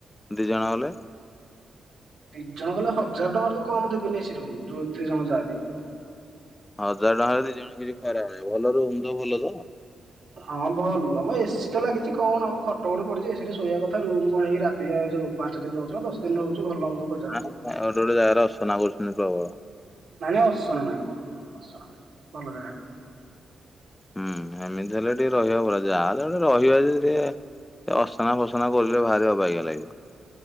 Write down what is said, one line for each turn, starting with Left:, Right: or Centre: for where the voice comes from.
Left: ଦୁଇ ଜଣ ଗଲେ?
Right: ଦି ଜଣ ଗଲେ ହଜାର ଟଙ୍କାରୁ ତ କମ ଦେବେନି ଏସି ରୁମ୍ ଯେତେ ଜଣ ଯାହା ବି।
Left: ହଜାର ଟଙ୍କାରେ ଦି ଜଣ କିଛି ଖରାପ ନାହିଁ। ଭଲ ରୁମ୍ ତ ଭଲ ତ?
Right: ହଁ ଭଲ ମ ଏସିି ତ ଲାଗିଛି କଣ ଆ ମୁଁ ଖଟ ଗୋଟେ ପଡିଛି ଏସିିରେ ଶୋଇବା କଥା ରହୁ ମୁଁ କଣ ହେକି ଟିକ ଏ ଯୋଉ ପାଞ୍ଚ ଦିନ ରହୁଛି ନା ଦଶ ଦିନ ରହୁଛି ଭଲ ମନ୍ଦ। ଖୋଜା ହଉଛି
Left: ଗୋଟେ ଗୋଟେ ଜାଗାରେ ଅସନା କରୁଛନ୍ତି ପ୍ରବଳ।
Right: ନାଇଁ ନାଇଁ ଅସନା ନାଇଁ ଅସନା ନାହିଁ ଭଲ ଜାଗା।
Left: ହୁଁ ଏମିତି ହେଲେ ଟିକେ ରହିବା <unintelligible> ଯାହାହଲେ ରହିବା ଯେ ଟିକେ ଅସନା ଫସନା କରିଲେ ଭାର ଅବାଗିଆ ଲାଗିବ।